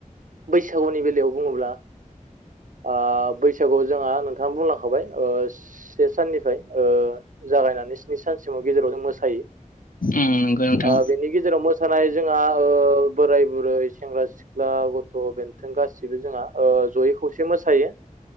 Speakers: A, on the right (about 70°); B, on the left (about 85°).
A: बैसागुनि बेलायाव बुङोब्ला ओ बैसागुआव जोंहा नोंथां खहाय ओ से साननिफाय ओ जागायनानै स्नि सानसिमाव गेजेराव जों मोसायो।
B: ओम नोंगो नोंथां।
A: ओ बेनि गेजेराव मोसानाय जोंहा ओ बोराय बुरै सेंग्रा सिख्ला गथ' बेन्थों गासिबो जोंहा ओ जयै खौसे मोसायो।